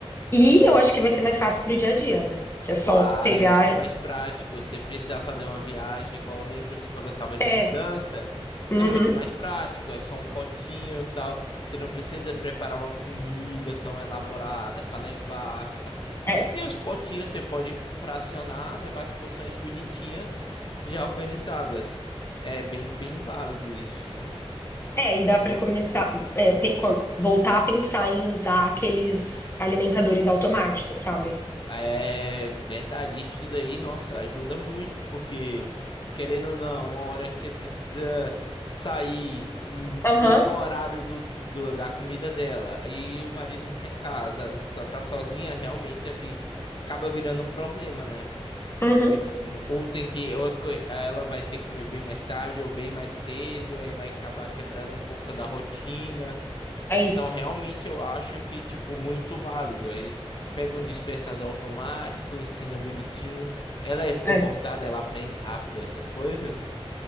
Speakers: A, on the left (about 25°); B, on the left (about 50°).
A: E eu acho que vai ser mais fácil pro dia a dia, né? Que é só
B: Claro,
A: pegar.
B: é muito mais
A: e-
B: prático. Você precisar fazer uma viagem, igual eu lembro que você falou, tava de
A: É,
B: mudança.
A: uhum,
B: É muito mais prático, é só um potinho e tal. Você não precisa preparar uma comida tão elaborada para levar, fica. Você
A: é.
B: tem os potinhos, você pode fracionar, levar as porções bonitinhas, já organizadas. É bem, bem válido isso, sim.
A: É, e dá para começar, é, pe- co- voltar a pensar em usar aqueles alimentadores automáticos, sabe?
B: É verdade, isso daí, nossa, ajuda muito, porque querendo ou não, uma hora você precisa sair hum,
A: Aham,
B: bem no horário do, do- da comida dela, aí o marido não tá em casa, só tá sozinha, realmente, assim, acaba virando um problema, né?
A: uhum,
B: Tipo, um, ou tem que, ou a co- ela vai ter que comer bem mais tarde, ou bem mais cedo, aí vai acabar quebrando um pouco da rotina.
A: é isso.
B: Então, realmente, eu acho que, tipo, muito válido. Aí pega um dispensador automático, ensina bonitinho. Ela é comportada,
A: É.
B: ela aprende rápido essas coisas.